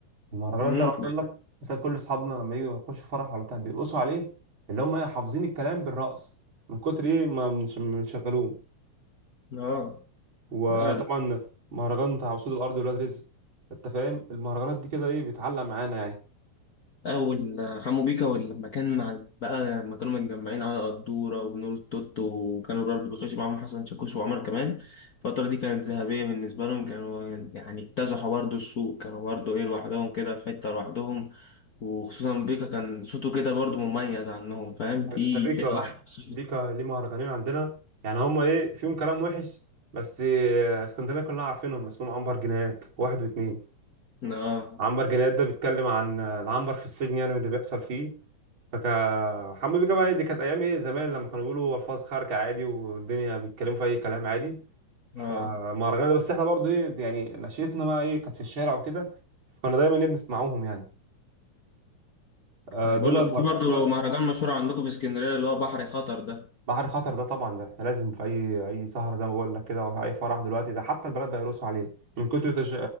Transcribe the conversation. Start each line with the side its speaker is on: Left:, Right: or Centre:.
Right: المهرجانات
Left: امم
Right: ده عاوز اقول لك مثلا كل اصحابنا لما يجوا يخشوا فرح ولا بتاع بيرقصوا عليه اللي هم إيه، حافظين الكلام بالرقص من كتر ايه ما بنش- ما بنشغلوه
Left: اه
Right: وطبعا
Left: ده
Right: مهرجان بتاع اسود الارض ولاد رزق انت فاهم المهرجانات دي كده ايه بتعلق معانا يعني
Left: أول حمو بيكا ولما كان مع بقى لما كانوا متجمعين على قدورة ونور التوتو وكانوا برضه بيخشوا معاهم حسن شاكوش وعمر كمان الفترة دي كانت ذهبية بالنسبة لهم كانوا يعني اكتسحوا برضه السوق كانوا برضه إيه لوحدهم كده في حتة لوحدهم وخصوصا بيكا كان صوته كده برضه مميز عنهم فاهم
Right: ده
Left: في
Right: بيكا
Left: كده واحد صوت
Right: بيكا ليه مهرجانين عندنا يعني هما ايه فيهم كلام وحش بس آه، اسكندريه كلنا عارفينهم اسمهم عنبر جنيهات واحد واتنين
Left: آه
Right: عنبر جنيهات ده بيتكلم عن آه، العنبر في السجن يعني واللي بيحصل فيه فكا حمو بيكا بقى إيه، دي كانت ايام ايه زمان لما كانوا بيقولوا الفاظ خارجه عادي والدنيا بيتكلموا في اي كلام عادي فمهرجانات
Left: آه
Right: ده بس احنا برضو ايه يعني نشيتنا بقى ايه كانت في الشارع وكده كنا دايما ايه بنسمعوهم يعني آه،
Left: أنا
Right: دول
Left: بقول
Right: الم-
Left: لك في برضه
Right: م-
Left: مهرجان مشهور عندكم في اسكندرية اللي هو بحر خطر ده
Right: بحري خطر ده طبعا ده لازم في اي اي سهره زي ما بقول لك كده او اي فرح دلوقتي ده حتى البنات بيرقصوا عليه من كتر تش...